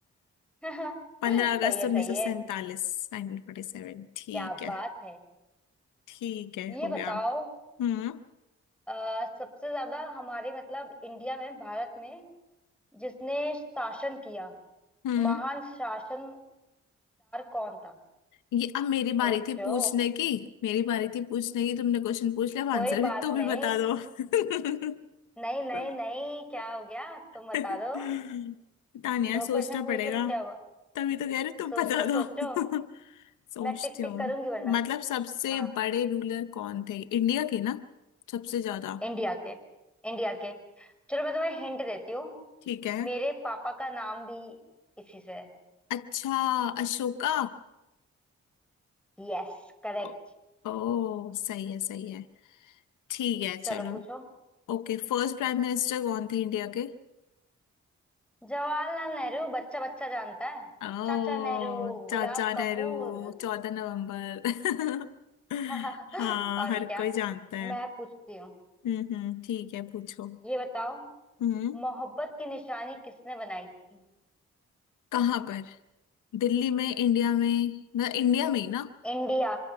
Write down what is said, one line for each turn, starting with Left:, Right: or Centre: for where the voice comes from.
Centre: <laughs>
Left: पंद्रह
Centre: सही
Left: अगस्त
Centre: है सही
Left: उन्नीस सौ
Centre: है
Left: सैंतालीस नाइनटीन फोर्टी सेवन ठीक
Centre: क्या बात
Left: है
Centre: है
Left: ठीक है
Centre: ये
Left: हो गया
Centre: बताओ
Left: हम्म
Centre: अ, सबसे ज्यादा हमारे मतलब इंडिया में भारत में जिसने शासन किया
Left: हम्म
Centre: महान शासनदार कौन था
Left: ये अब मेरी बारी
Centre: सोचो
Left: थी पूछने की मेरी बारी थी पूछने की तुमने क्वेश्चन पूछ लिया अब आंसर
Centre: कोई
Left: भी
Centre: बात
Left: तू भी
Centre: नहीं
Left: बता दो <laughs>
Centre: नहीं नहीं नहीं क्या हो गया तुम बता
Left: <laughs>
Centre: दो
Left: पता नहीं यार
Centre: दो
Left: सोचना
Centre: क्वेश्चन पूछ
Left: पड़ेगा
Centre: लिया तो क्या हुआ
Left: तभी तो कह रहे तुम
Centre: सोचो
Left: बता
Centre: सोचो
Left: दो <laughs> सोचती
Centre: मैं टिक टिक
Left: हूँ
Centre: करूंगी वरना
Left: मतलब सबसे
Centre: हाँ
Left: बड़े रूलर कौन थे इंडिया के ना सबसे ज्यादा
Centre: इंडिया के इंडिया के चलो मैं तुम्हें हिंट देती हूँ
Left: ठीक है
Centre: मेरे पापा का नाम भी इसी से है
Left: अच्छा अशोका
Centre: Yes correct
Left: ओ, ओ सही है सही है ठीक है चलो
Centre: चलो पूछो
Left: ओके फर्स्ट प्राइम मिनिस्टर कौन थे इंडिया के
Centre: जवाहरलाल नेहरू बच्चा बच्चा जानता है
Left: ओ
Centre: चाचा नेहरू
Left: चाचा
Centre: गुलाब
Left: नेहरू
Centre: का फूल <laughs>
Left: चौदह नवंबर <laughs>
Centre: और
Left: हाँ हर
Centre: क्या
Left: कोई जानता है
Centre: मैं पूछती हूँ
Left: हम्म हम्म ठीक है पूछो
Centre: ये बताओ
Left: हम्म
Centre: मोहब्बत की निशानी किसने बनाई थी
Left: कहाँ पर दिल्ली में इंडिया में मतलब इंडिया में ही ना
Centre: इंडिया